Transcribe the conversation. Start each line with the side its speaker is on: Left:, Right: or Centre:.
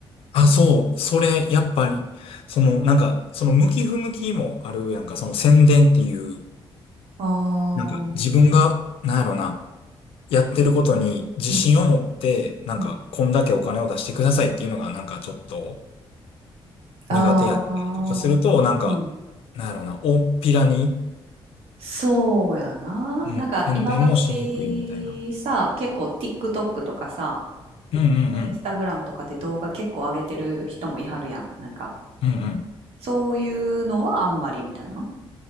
Left: あ、そう。それ、やっぱり、その、なんか、その向き不向きもあるやんか、その宣伝っていう、
Right: ああ。
Left: なんか自分が、
Right: う
Left: なんやろな、やってることに自信を持って、
Right: ん
Left: なんか、
Right: うん。
Left: こんだけお金を出してくださいっていうのが、なんかちょっと苦手やったりとかすると、
Right: ああ、
Left: なんか、
Right: うん。
Left: なんやろな、大っぴらに、
Right: そうやな。
Left: うん、
Right: なんか今時さ、
Left: 宣伝もしにくいみたいな。
Right: 結構 TikTok とかさ、
Left: うんうんうん。
Right: インスタグラムとかで動画結構上げてる人もいはるやん。なんか、
Left: うんうん。
Right: そういうのはあんまりみたいな。